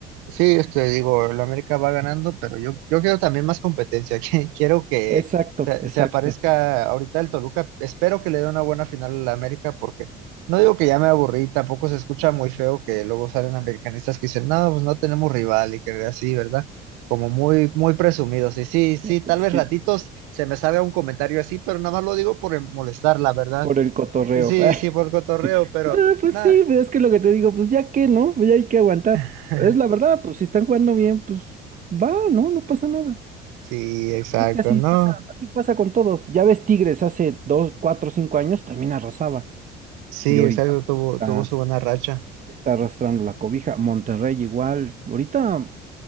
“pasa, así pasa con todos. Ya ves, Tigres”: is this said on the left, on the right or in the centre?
Right